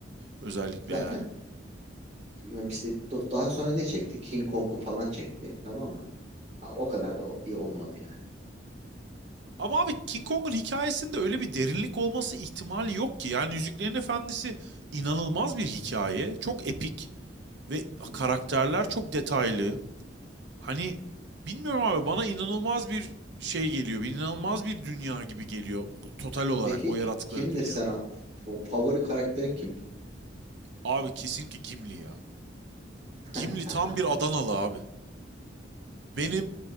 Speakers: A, on the right; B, on the right.
A: özellikle
B: Zaten
A: yani.
B: e, işte do- daha sonra ne çekti? King Kong'u falan çekti. Tamam mı? Ha, o kadar o- iyi olmadı yani.
A: Ama abi King Kong'un hikayesinde öyle bir derinlik olması ihtimali yok ki. Yani Yüzüklerin Efendisi inanılmaz bir hikaye. Çok epik ve
B: Hı hı.
A: karakterler çok detaylı. Hani bilmiyorum abi bana inanılmaz bir şey geliyor. Bir inanılmaz bir dünya gibi geliyor total olarak
B: Peki
A: o yarattıkları
B: k- kimdir
A: dünya.
B: sana? F- f- favori karakterin kim?
A: Abi kesinlikle Gimli ya.
B: <laughs>
A: Gimli tam bir Adanalı abi. Benim